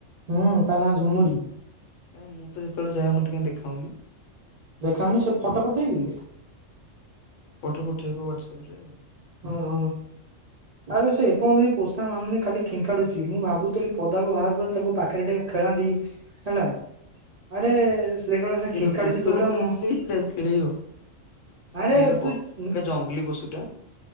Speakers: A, on the right; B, on the left.
A: ହୁଁ ତାର ନାଁ ଝୁମୁୁରି।
B: କାଇଁ ମୁଁ ତ ଯେତେବେଳେ ଯାଏ ମତେ କାଇଁ ଦେଖାଉନି।
A: ଦେଖାଅନି ସେ ଫଟୋ ପଠେଇବି।
B: ଫଟୋ ପଠେଇବ ହ୍ୱାଟସଆପରେ ଆଉ
A: ହଁ। ଆରେ ସେ ଏପର୍ଯ୍ୟନ୍ତ ପୋଷା ମାନୁନି ଖାଲି ଖିଙ୍କାଡୁଛି ମୁଁ ଭାବୁଥିଲି ପଦାକୁ ବାହାର କରି ତାକୁ ପାଖରେ ଟିକେ ଖେଳାନ୍ତି। ହେଲା ଆରେ ଦେଖିଲା ବେଳକୁ
B: ସେ
A: ଖିଙ୍କାଡୁଛି
B: କଣ କୁକୁର
A: ଯୋଉ ଭଳିଆ
B: ନା
A: ମ
B: ବିଲେଇ ତାକୁ ଖେଳେଇବ।
A: ଆରେ
B: ଜିରାଫ
A: ତୁ
B: ଏଇଟା ଜଙ୍ଗଲୀ ପଶୁଟା।